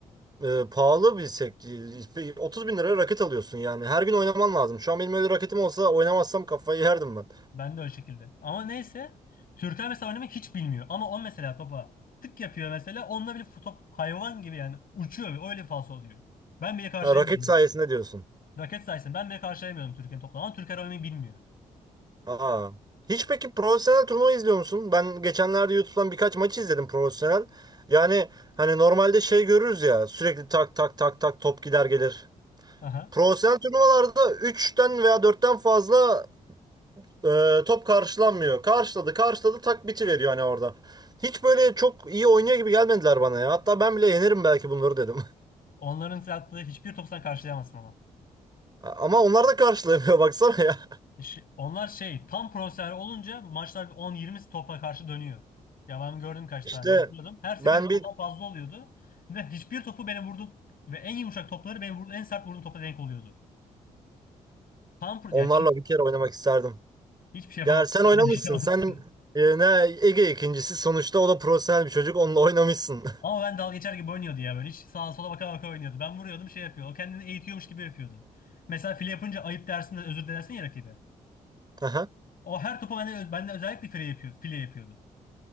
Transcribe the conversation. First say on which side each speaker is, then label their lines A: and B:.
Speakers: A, on the right (about 25°); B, on the left (about 55°).
A: e, pahalı bir sektör. 30 bin liraya raket alıyorsun yani. Her gün oynaman lazım. Şu an benim öyle raketim olsa oynamazsam kafayı yerdim ben.
B: Ben de o şekilde. Ama neyse. Türkan mesela oynamayı hiç bilmiyor. Ama o mesela topa tık yapıyor mesela. Onunla bile top hayvan gibi yani uçuyor ve öyle falso oluyor. Ben bile karşılayamıyorum.
A: Ha, raket sayesinde diyorsun.
B: Raket sayesinde ben bile karşılayamıyorum Türkiye'nin topla. Ama Türkiye oynamayı bilmiyor.
A: Aa. Hiç peki profesyonel turnuva izliyor musun? Ben geçenlerde YouTube'dan birkaç maçı izledim profesyonel. Yani hani normalde şey görürüz ya sürekli tak tak tak tak top gider gelir.
B: Aha.
A: Profesyonel turnuvalarda üçten veya dörtten fazla e, top karşılanmıyor. Karşıladı karşıladı tak biti veriyor hani orada. Hiç böyle çok iyi oynuyor gibi gelmediler bana ya. Hatta ben bile yenerim belki bunları dedim.
B: Onların size attığı hiçbir topu sen karşılayamazsın ama.
A: <laughs> Ama onlar da karşılamıyor <laughs> baksana ya.
B: Ş- Onlar şey tam profesyonel olunca maçlar bir 10-20 topa karşı dönüyor. Ya ben gördüm kaç
A: İşte
B: tane izliyordum. Her seferinde
A: ben bir
B: ondan fazla oluyordu. Ve hiçbir topu beni vurdum. Ve en yumuşak topları benim vurdu, en sert vurduğum topa denk oluyordu. Tam pro
A: onlarla
B: ya
A: bir kere oynamak isterdim.
B: Hiçbir şey yapamadım.
A: Ya sen
B: <laughs>
A: oynamışsın.
B: Sen de şey olsun.
A: Sen e, ne Ege ikincisi sonuçta o da profesyonel bir çocuk. Onunla oynamışsın.
B: Ama ben dalga geçer gibi oynuyordu ya böyle. Hiç sağa sola baka baka oynuyordu. Ben vuruyordum şey yapıyor. O kendini eğitiyormuş gibi yapıyordu. Mesela file yapınca ayıp dersin de özür dilersin ya rakibe.
A: <laughs> Aha.
B: O her topu bende, bende özellikle file yapıyordu. File yapıyordu.